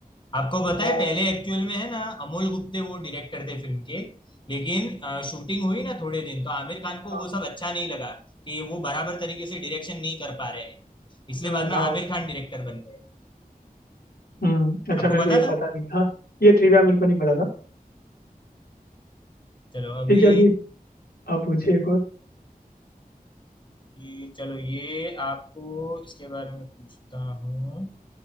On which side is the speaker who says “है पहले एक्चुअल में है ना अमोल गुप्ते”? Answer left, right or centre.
Left